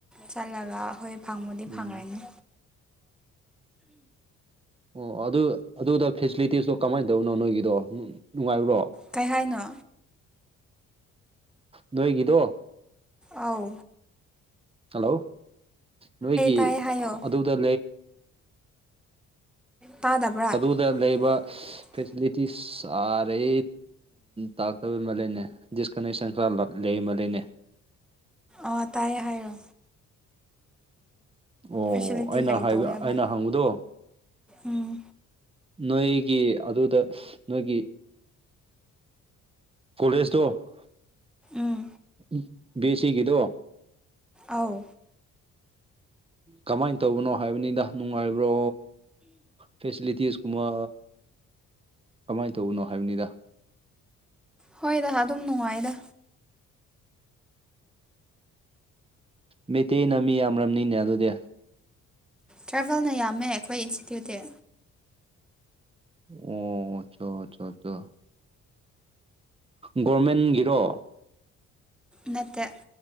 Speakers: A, in the centre; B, on the right.
A: ꯆꯠꯂꯒ ꯑꯩꯈꯣꯏ ꯐꯪꯕꯨꯗꯤ
B: ꯎꯝ
A: ꯐꯪꯉꯅꯤ
B: ꯑꯣ ꯑꯗꯨ ꯑꯗꯨꯗ ꯐꯦꯁꯤꯂꯤꯇꯤꯁꯇꯣ ꯀꯃꯥꯏꯅ ꯇꯧꯕꯅꯣ ꯅꯣꯏꯒꯤꯗꯣ ꯅꯨꯡꯉꯥꯏꯕ꯭ꯔꯣ
A: ꯀꯩ ꯍꯥꯏꯅꯣ
B: ꯅꯣꯏꯒꯤꯗꯣ
A: ꯑꯥꯎ
B: ꯍꯜꯂꯣ ꯅꯣꯏꯒꯤ
A: ꯇꯥꯏꯌꯦ ꯍꯥꯏꯌꯣ
B: ꯑꯗꯨꯗ
A: ꯇꯥꯗꯕ꯭ꯔꯥ
B: ꯑꯗꯨꯗ ꯂꯩꯕ
A: <inaudible>
B: ꯐꯦꯁꯤꯂꯤꯇꯤꯁ ꯑꯔꯦ ꯇꯥꯇꯕ ꯃꯥꯜ ꯂꯦꯅꯦ ꯗꯤꯁꯀꯅꯦꯛꯁꯟ ꯈꯔ ꯃ ꯂꯩꯅꯦ
A: ꯑꯥ ꯇꯥꯏꯌꯦ ꯍꯥꯏꯔꯣ
B: ꯑꯣ
A: ꯐꯦꯁꯤꯂꯤꯇꯤ
B: ꯑꯩꯅ
A: ꯀꯔꯤ
B: ꯍꯥꯏꯕ
A: ꯇꯧꯋꯦꯕ
B: ꯑꯩꯅ ꯍꯪꯕꯗꯣ
A: ꯎꯝ
B: ꯅꯣꯏ ꯒꯤ ꯑꯗꯨꯗ ꯅꯣꯏꯒꯤ ꯀꯣꯂꯦꯖꯇꯣ ꯎ
A: ꯎꯝ
B: ꯕꯦ ꯑꯦ ꯁꯤꯒꯤꯗꯣ
A: ꯑꯧ
B: ꯀꯃꯥꯏꯅ ꯇꯧꯕꯅꯣ ꯍꯥꯏꯕꯅꯤꯗ ꯅꯨꯡꯉꯥꯏꯕ꯭ꯔꯣ ꯐꯦꯁꯤꯂꯤꯇꯤꯁ ꯃ ꯀꯃꯥꯏꯅ ꯇꯧꯕꯅꯣ ꯍꯥꯏꯕꯅꯤꯗ
A: ꯍꯣꯏꯗ ꯑꯗꯨꯝ ꯅꯨꯡꯉꯥꯏꯗ
B: ꯃꯩꯇꯩꯩꯅ ꯃꯤ ꯌꯥꯝꯔꯝꯅꯤꯅꯦ ꯑꯗꯨꯗꯤ
A: ꯇ꯭ꯔꯥꯚꯦꯜꯅ ꯌꯥꯝꯃꯦ ꯑꯩꯈꯣꯏ ꯏꯟꯁꯇꯤꯇ꯭ꯌꯨꯠꯇꯤ
B: ꯑꯣ ꯆꯆꯥ ꯆ ꯒꯣꯔꯃꯦꯟꯒꯤꯔꯣ
A: ꯅꯠꯇꯦ